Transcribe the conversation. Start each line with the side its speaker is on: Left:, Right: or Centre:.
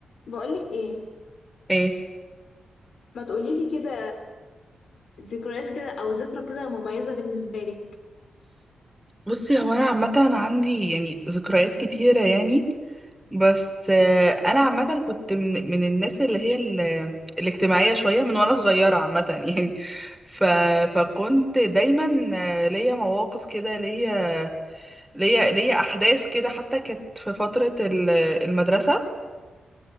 Left: بقولك ايه
Centre: ايه
Left: ما تقوليلي كده ذكريات كده او ذكرى كده مميزة بالنسبة لك
Centre: بصي هو انا عامه عندي يعني ذكريات كتيره يعني بس آه، انا عامه كنت من من الناس اللي هي ال- الاجتماعيه شويه من وانا صغيره عامه <laughs> يعني ف فكنت دايما آه، ليا مواقف كده ليا ليا ليا احداث كده حتى كانت في فتره ال- المدرسه